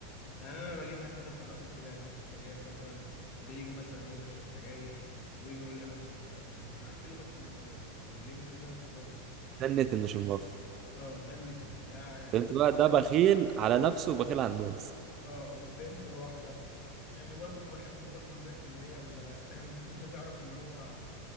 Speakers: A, on the left; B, on the right.
A: يعني انا بجيبها كده في علاقه كده علبه السجاير مثلا بيجي مثلا هو بيشرب سجاير ويجي يقول لي هات سجاره طب ما انت معاك في جيبك تجيب سجاير طب ليه بتقول لي هات سجاره
B: ده النت اللي مش موفر
A: اه ده النتن ده يعني
B: فهمت
A: مثلا
B: بقى ده بخيل على نفسه وبخيل على الناس
A: اه وتلاقيه مره واحده يعني برضو ما بحبش برضو الناس اللي هي ال- <clears throat> امتى تعرف ان هو